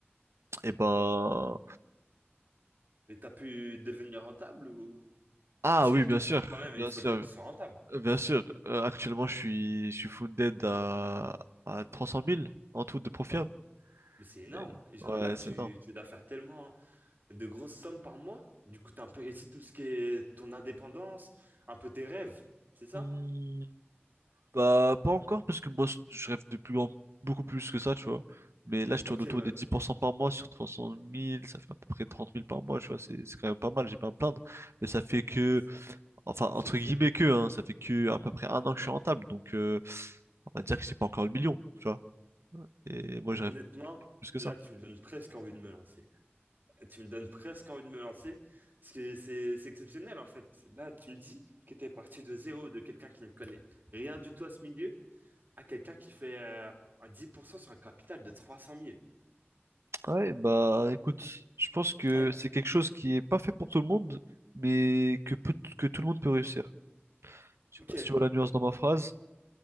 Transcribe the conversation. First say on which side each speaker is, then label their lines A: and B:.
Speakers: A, on the right; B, on the right.
A: et ben
B: Mais t'as pu devenir rentable ou...
A: ah
B: Parce
A: oui
B: qu'avec
A: bien
B: tout ce
A: sûr,
B: temps, quand même,
A: bien
B: il faudrait
A: sûr,
B: que tu sois rentable.
A: bien sûr. Euh, actuellement je suis je suis funded à, à 300 000 en tout de profil
B: Oh, mais c'est énorme.
A: Et-
B: Et genre
A: Ouais,
B: là, tu,
A: c'est énorme.
B: tu dois faire tellement. de grosses sommes par mois. Du coup, t'as un peu réussi tout ce qui est ton indépendance, un peu tes rêves, c'est ça?
A: Hmm, Bah, pas encore, parce que moi, je rêve de plus grand, beaucoup plus que ça, tu vois. Mais là, je
B: Ok,
A: tourne autour
B: ouais.
A: des 10% par mois sur trois cent mille ça fait à peu près trente mille par mois, tu vois. C'est c'est quand même pas mal, j'ai pas à me plaindre. Mais ça fait que,
B: Ah, c'est
A: enfin, entre
B: exceptionnel.
A: guillemets que, hein, ça fait que à peu près un an que je suis rentable. Donc, euh, on va dire que c'est pas encore le million, tu vois. Et moi, je
B: Honnêtement,
A: rêve plus que
B: là,
A: ça.
B: tu me donnes presque envie de me lancer. Tu me donnes presque envie de me lancer, parce que c'est c'est exceptionnel, en fait. Là, tu me dis que t'es parti de zéro, de quelqu'un qui ne connaît rien du tout à ce milieu, à quelqu'un qui fait euh, un 10% sur un capital de 300 000.
A: Ouais, bah écoute, je pense que
B: Ah,
A: c'est quelque chose qui est pas fait pour tout le monde, mais que, peut- que tout le monde peut réussir. Je
B: ok,
A: sais pas si tu vois la nuance dans ma phrase.